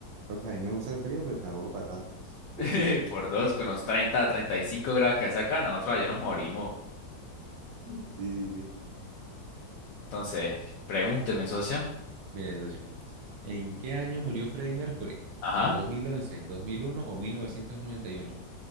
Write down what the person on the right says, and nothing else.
Pues a mí me gusta el frío, pero tampoco para tanto. <laughs>
Sí, sí, sí.
Mire, socio. ¿En qué año murió Freddie Mercury?
dos dos mil once dos mil uno o mil novecientos noventa y uno